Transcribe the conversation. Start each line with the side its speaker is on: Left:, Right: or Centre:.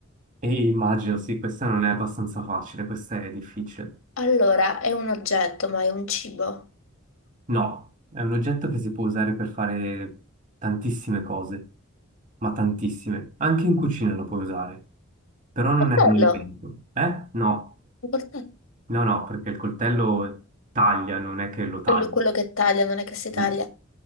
Right: E immagino, sì, questa non è abbastanza facile, questa è difficile.
Left: Allora, è un oggetto, ma è un cibo.
Right: No, è un oggetto che si può usare per fare tantissime cose, ma tantissime. Anche in cucina lo puoi usare, però non
Left: Coltello,
Right: è un Mm. alimento. Eh? No,
Left: un coltello.
Right: no, no, perché il coltello taglia, non è che lo tagli.
Left: Quello quello che taglia, non è che si taglia.
Right: Mm.